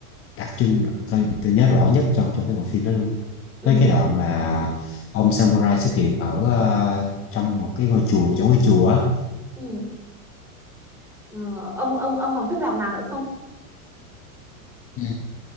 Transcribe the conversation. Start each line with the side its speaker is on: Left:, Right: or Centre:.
Left: đặc trưng tôi, tôi nhớ rõ nhất trong trong cái bộ phim đó luôn
Centre: ừ
Left: với cái đoạn mà ông samurai xuất hiện ở ờ, trong một cái ngôi chùa chỗ ngôi chùa á
Centre: ừ Ờ, ông ông ông còn thích đoàn nào nữa không
Left: Ừ,